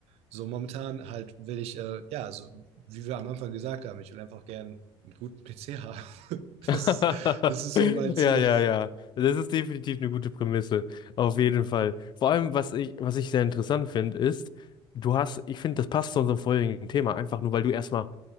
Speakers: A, on the right (about 60°); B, on the left (about 40°).
A: so momentan halt will ich, äh, ja, so wie wir am Anfang gesagt haben, ich will einfach gern einen guten PC haben. <laughs>
B: <laughs>
A: Das ist, das ist so
B: Ja,
A: mein Ziel.
B: ja, ja. Das ist definitiv eine gute Prämisse. Auf jeden Fall. Vor allem, was ich, was ich sehr interessant finde, ist, du hast, ich finde, das passt zu unserem vorherigen Thema, einfach nur, weil du erstmal